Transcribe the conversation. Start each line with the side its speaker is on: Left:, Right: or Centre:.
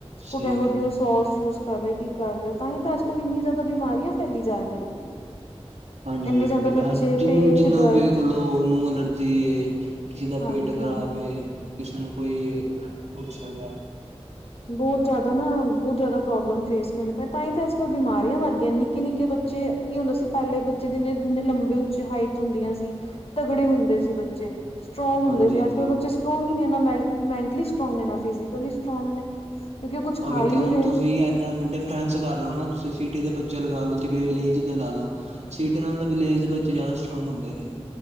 Left: ਕੋ
Right: ਸਹੀ
Left: ਕੇਹੋ
Right: ਗੱਲ
Left: ਜੀ ਓ
Right: ਹੈ।
Left: ਸੋਸ ਯੂਜ਼ ਕਰ ਰਿਆ ਕੀ ਕਰ ਰਿਆ ਤਾ ਹੀ ਤਾ ਅੱਜ ਕਲ ਇੰਨੀ ਜਾਦਾ ਬਿਮਾਰੀਆ ਫੈਲੀ ਜਾ ਰਿਆ ਨੇ।
Right: ਹਾਂਜੀ
Left: ਇੰਨੇ
Right: ਹਾਂਜੀ
Left: ਜ਼ਿਆਦਾ ਬੱਚੇ
Right: ਜਿਨੂੰ
Left: ਪੇਟ
Right: ਜਿਨੂੰ
Left: ਚ ਦਰਦ
Right: ਵੇਖ ਲੋ ਓਨੂੰ ਐਲਰਜੀ ਏ। ਕਿਸੇ ਦਾ
Left: ਹਾਂਜੀ
Right: ਪੇਟ ਖਰਾਬ
Left: ਹਾਂਜੀ
Right: ਏ ਕਿਸੇ ਨੂੰ ਕੋਈ ਏ ਕੁਛ ਹੈਗਾ।
Left: ਬੋਤ ਜਾਦਾ ਨਾ ਬੋਤ ਜਾਦਾ ਪ੍ਰੋਬਲਮ ਫੇਸ ਕਰਨੀ ਪਏ ਤਾਂਹੀ ਤੇ ਅੱਜ ਕੱਲ ਬਿਮਾਰੀਆਂ ਵੱਧ ਗਿਆ ਨੇਿੱਕੇ ਨਿੱਕੇ ਬੱਚੇ ਕੀ ਹੁੰਦਾ ਸੀ ਪੇਲੇ ਬੱਚੇ ਜਿਨੇ ਇੰਨੇ ਲੰਬੇ ਉੱਚੇ ਹਾਈਟ ਹੁੰਦੀਆਂ ਸੀ ਤਗੜੇ ਹੁੰਦੇ ਸੀ ਬੱਚ ਬੱਚੇ ਸਟਰੋਂਗ ਹੁੰਦੇ
Right: ਹਾਂਜੀ
Left: ਸੀ
Right: ਹਾਂਜੀ
Left: ਅੱਜ ਕਲ ਬੱਚੇ ਸਟਰੋਂਗ ਈ ਨੇ ਏ ਨੇ ਮੈਂ ਮੈਂਟਰੋਂਗ ਨੇ ਨਾ ਫਿਜੀਕਲੀ ਸਟਰੋਂਗ ਨੇ। ਕਿਉਂਕਿ ਉਹ ਕੁੱਝ ਖਾ
Right: ਉਹੀ
Left: ਹੀ
Right: ਤੇ
Left: ਨਹੀਂ
Right: ਹੁਣ
Left: ਰਹੇ
Right: ਤੁਸੀ, ਇੰਨਾ ਨਡੇ ਫਰੈਂਸ ਕਰਲੋ ਨਾ ਤੁਸੀਂ, ਸਿਟੀ ਦੇ ਬੱਚੇ ਲਗਾਲੋ ਤੇ ਵਿਲੇਜ ਦੇ ਲਾਲੋ। ਸਿਟੀ ਨਾਲੋ ਤੇ ਵਿਲੇਜ ਦੇ ਬੱਚੇ, ਜ਼ਿਆਦਾ ਸਟਰੋਂਗ ਹੁੰਦੇ ਨੇ।